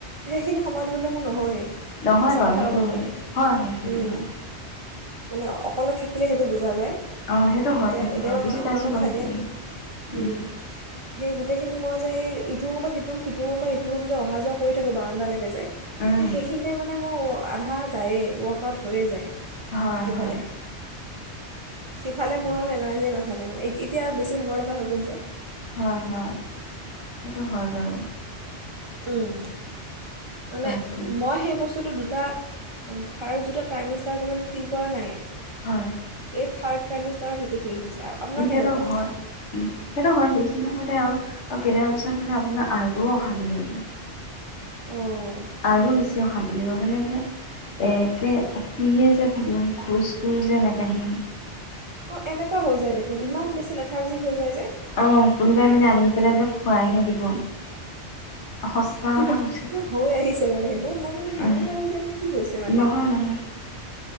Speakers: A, on the right; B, on the left.
A: সেইখিনি সময় দিবলৈ মোৰ নহয়েই
B: নহয়
A: সঁচা
B: বাৰু
A: কথা
B: সেইটো
A: ক'ব
B: হয়
A: গলে।
B: হয় হয় সেইটো
A: উম
B: হয়
A: মানে অকলে থাকিলে সেইটো বুজা যায়।
B: অ সেইটো হয়
A: এতিয়া
B: সেইটো
A: এতিয়াবা
B: হয় বুজি
A: মা
B: পাইছোঁ
A: মাহত
B: বাৰু
A: থাকে।
B: সেইটো
A: হুম,
B: উম
A: সেই গোটেইখিনি মই। যে ইটোৰ ৰুমৰ পৰা সিটো ৰুম সিটো ৰুম পৰা এইটো ৰুম যে অহা যোৱা কৰি থাকোঁ বাৰাণ্ডালৈকে যে
B: উম
A: সেই সেইখিনিতে মানে মোৰ ৱ- আধা যায়েই ৱৰ্ক আউট হৈয়ে যায়।
B: হয়
A: সেইফালে
B: হয়
A: সিফালে মোৰ আৰু এনাৰ্জি নাথাকে মানে এতিয়া আৰু বেছি ভাগৰ লগা হৈ গ'ল যে।
B: হয় হয় সেইটো হয় বাৰু।
A: উম মানে
B: তাকে
A: মই সেই বস্তুটো দু- তা ফাৰ্ষ্ট জোতা টাইম ষ্টাৰ্ত ইমান ফিল কৰা নাই।
B: হয়
A: এই থাৰ্ড ট্ৰেমিচ তৰ সেইটো ফিল হৈছে আ- আপোনাৰ
B: সেইটো
A: কেনেকুৱা
B: হয় উম সেইটো হয় সেইখিনি সময়তে আও আৰু কেইদিনমান পিছত মানে আপোনাৰ আৰু অশান্তি লাগিব।
A: অঁ
B: আৰু বেছি অশান্তি লাগিব মানে যে একে শুইয়ে যে থাকিম খোজটো যে নেকাঢ়িম।
A: অ এনেকুৱা হৈ যায় দেখোন ইমান বে- ছি লেথাৰ্জি হৈ যায় যে।
B: অ কোনোবাই মানে আনি পেলাই যে খোৱাইহে দিব সঁচা কথা
A: ন-
B: কৈছো।
A: হৈ আহিছে মানে সেইটো মই বোলো মোৰহে
B: উম
A: হৈছে নে কি হৈছে মানে
B: নহয় নহয়।